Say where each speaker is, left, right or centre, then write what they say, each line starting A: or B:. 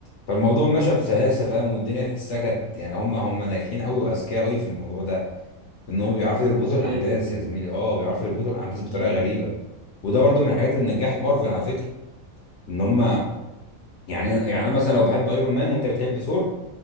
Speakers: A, on the left (about 60°); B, on the right (about 75°).
A: فالموضوع مشى بسلاسة فاهم والدنيا تحسها كانت يعني هم هم ناجحين قوي وأذكياء قوي في الموضوع ده إن هم بيعرفوا يربطوا
B: اذكياء
A: الأحداث
B: جدا
A: يا زميلي أه بيعرفوا يربطوا الأحداث بطريقة
B: امم
A: غريبة وده برضو من الحاجات اللي نجحت مارفل على فكرة إن هم يعني يعني أنا مثلا لو بحب أيرون مان وأنت بتحب ثور